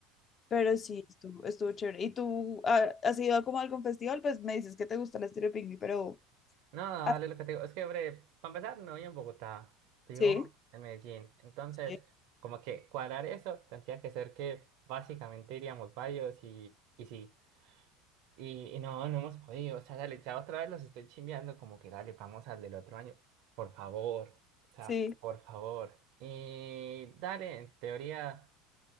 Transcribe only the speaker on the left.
Pero sí, estuvo, estuvo chévere. ¿Y tú ah, has ido a como a algún festival? Pues me dices que te gusta el estilo pingüi, pero.
ah,
sí,
sí,
sí.